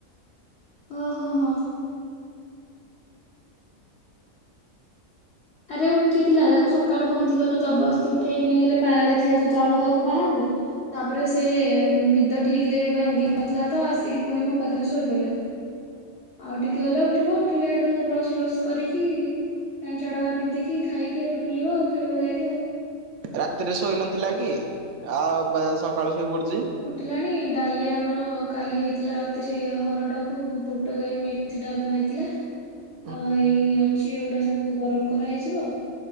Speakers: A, on the left (about 55°); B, on the right (about 65°).
A: ଓହୋ ହଁ। ଆରେ ଉଠିଥିଲା ତାକୁ ସକାଳୁ କଁ ହେଇଚି କଇଲ ଜବସ୍ତି ଉଠେଇକି ନେଇଗଲେ ପାରା ଦେଖିବାକୁ ଚାଉଳ ଦବାକୁ ପାରାକୁ ତାପରେ ସେ ନିଦ ଠିକ୍ ରେ ଭାଙ୍ଗି ନଥିଲା ତ ଆସିକି ପୁଣି ମୋ ପାଖରେ ଶୋଇ ପଇଲା। ଆଉ ଟିକେ ହେଲେ ଉଠିବ ଉଠିଲେ ହେଠୁ ବ୍ରସ ବ୍ରସ୍ କରିକି ପ୍ୟାନ୍ ଛାଡ଼ଗା ପନ୍ଧିକି ଖାଇକି ହେଠୁ ବଲିବ ଆଉ ଖେଳିବା ଯାଇକି ଆଉ।
B: ରାତିରେ ଶୋଇ ନଥିଲା କି ଆଉ ବେ ସକାଳୁ ଶୋଇ ପଡ଼ଚି?
A: ଟିଲାଣି ଡାଲି ଆମର କାଲି ହେଇଥିଲା ରାତିରେ ହରଡ଼କୁ ବୁ ବୁଟ ଜାଇ ମିକ୍ସ ଡାଲମା ହେଇଥିଲା।
B: ହୁଁ
A: ଅ ହେଇ ଅ ଚି ଏଉଡା ସବୁ ଗରମ କରାହେଇଯିବ